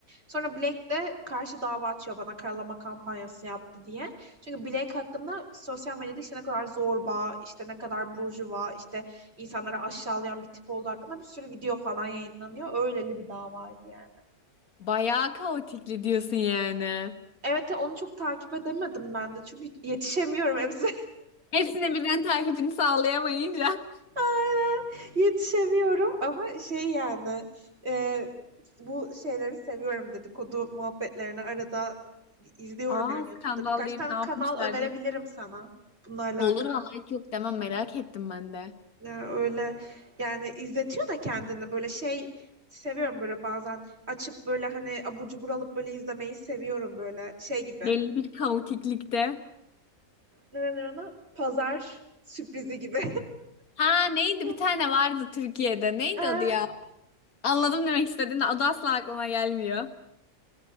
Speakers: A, on the right; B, on the left.
A: Sonra Blake de karşı dava açıyor bana karalama kampanyası yaptı diye. Çünkü Blake hakkında sosyal medyada işte ne kadar zorba, işte ne kadar burjuva, işte insanları aşağılayan bir tip olduğu hakkında bir sürü video falan yayınlanıyor. Öyleli bir davaydı yani.
B: Bayağı kaotikli diyorsun yani.
A: Evet e, onu çok takip edemedim ben de çünkü yetişemiyorum hepsi.
B: Hepsinin birbirinin takibini sağlayamayınca.
A: <laughs> Aynen yetişemiyorum ama şey yani e, bu şeyleri seviyorum dedikodu muhabbetlerini arada izliyorum
B: Aa
A: yani
B: skandal
A: YouTube'da. Birkaç
B: deyip
A: tane
B: ne yapmışlar
A: kanal önerebilirim
B: deyip.
A: sana bunlarla
B: Olur
A: alakalı.
B: vallahi hiç yok demem merak ettim ben de.
A: Ya öyle yani izletiyor da kendini böyle şey seviyorum böyle bazen açıp böyle hani abur cubur alıp böyle izlemeyi seviyorum böyle şey gibi.
B: Belli bir kaotiklikte.
A: Ne denir ona? Pazar sürprizi gibi.
B: Ha neydi
A: <laughs>
B: bir tane vardı Türkiye'de. Neydi
A: Ee,
B: adı ya? Anladım demek istediğini adı asla aklıma gelmiyor.